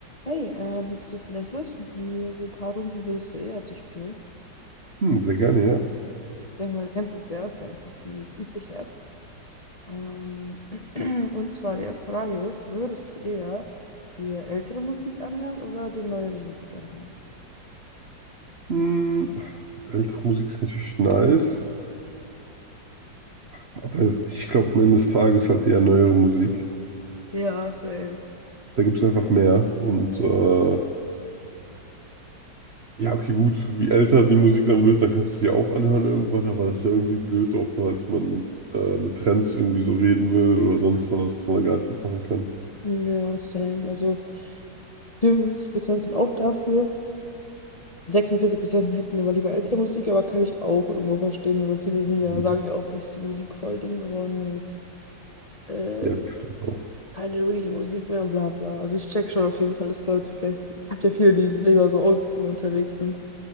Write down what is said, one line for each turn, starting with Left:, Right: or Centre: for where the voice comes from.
Left: Hey, ähm, hättest du vielleicht Lust, mit mir so ein paar Runden würdest du eher zu spielen?
Right: Hm, sehr gerne, ja.
Left: Ich denke mal, du kennst es ja, ist ja einfach die übliche App. Ähm, <clears throat> und zwar die erste Frage ist, würdest du eher dir ältere Musik anhören oder dir neuere Musik anhören?
Right: Hm, ältere Musik ist natürlich nice, aber ich glaube am Ende des Tages halt eher neuere Musik.
Left: Ja, same.
Right: Da gibt es einfach mehr. Und äh, ja, okay, gut, wie älter die Musik dann wird, dann kannst du sie auch anhören irgendwann, aber das ist ja irgendwie blöd, auch falls man äh, mit Trends irgendwie so reden will oder sonst was, was man da gar nicht mitmachen kann.
Left: Ja, same. Also 54% sind auch dafür. 46% hätten immer lieber ältere Musik, aber kann ich auch irgendwo verstehen, weil viele sind ja,
Right: Mhm.
Left: sagen ja auch, dass die Musik voll Ding geworden ist. Äh,
Right: Ja,
Left: so
Right: stimmt auch.
Left: keine reale Musik mehr, bla bla. Also ich check schon auf jeden Fall, dass Leute vielleicht, es gibt ja viele, die lieber so oldschool unterwegs sind.